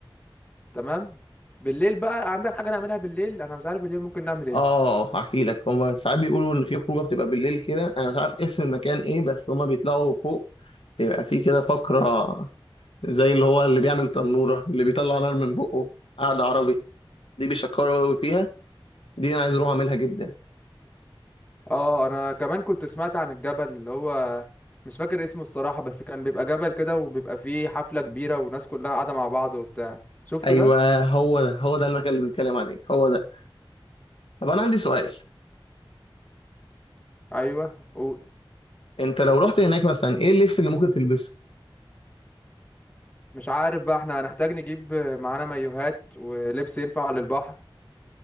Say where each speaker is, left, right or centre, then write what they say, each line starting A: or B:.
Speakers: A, on the left; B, on the left.
A: تمام بالليل بقى عندك حاجة نعملها بالليل انا مش عارف بالليل ممكن نعمل ايه
B: اه هحكي لك هما ساعات بيقولوا ان في خروجه بتبقى بالليل كده انا مش عارف اسم المكان ايه بس هما بيطلعوا فوق بيبقى في كده فقره زي اللي هو اللي بيعمل تنوره اللي بيطلع نار من بقه قعده عربي دي بيشكروا قوي فيها دي انا عايز اروح اعملها جدا
A: اه انا كمان كنت سمعت عن الجبل اللي هو مش فاكر اسمه الصراحة بس كان بيبقى جبل كده وبيبقى فيه حفلة كبيرة والناس كلها قاعدة مع بعض وبتاع شفته
B: ايوه
A: ده
B: هو ده هو ده المكان اللي بنتكلم عليه هو ده طب انا عندي سؤال
A: ايوه ومش
B: انت لو رحت هناك مثلا ايه اللبس اللي ممكن تلبسه
A: عارف بقى احنا هنحتاج نجيب معانا مايوهات ولبس ينفع للبحر